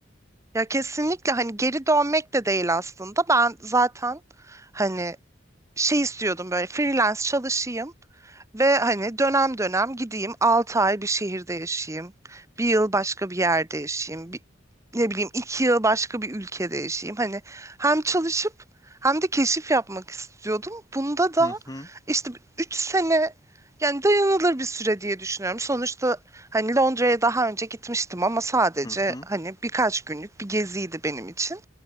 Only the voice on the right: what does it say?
Ya kesinlikle hani geri dönmek de değil aslında. Ben zaten hani şey istiyordum böyle freelance çalışayım ve hani dönem dönem gideyim 6 ay bir şehirde yaşayayım. Bir yıl başka bir yerde yaşayayım. bir- ne bileyim 2 yıl başka bir ülkede yaşayayım. Hani hem çalışıp hem de keşif yapmak istiyordum. Bunda da
işte üç sene yani dayanılır bir süre diye düşünüyorum. Sonuçta hani Londra'ya daha önce gitmiştim ama sadece
hani birkaç günlük bir geziydi benim için.